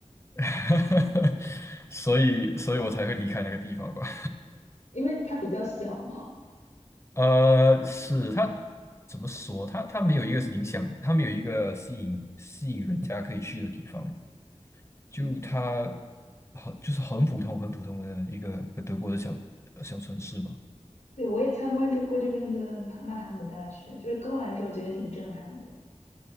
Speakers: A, on the left; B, on the left.
A: <laughs> 所以，所以我才会离开那个地方吧。
B: 因为它比较小嘛。
A: 呃，是他怎么说？他他没有一个影响，他没有一个吸引吸引人家可以去的地方。就它
B: 嗯，
A: 很就是很普通很普通的一个一个德国的小呃小城市嘛，
B: 对，我也参观这过这边的曼海姆大学，就是刚来的时候觉得挺震撼的。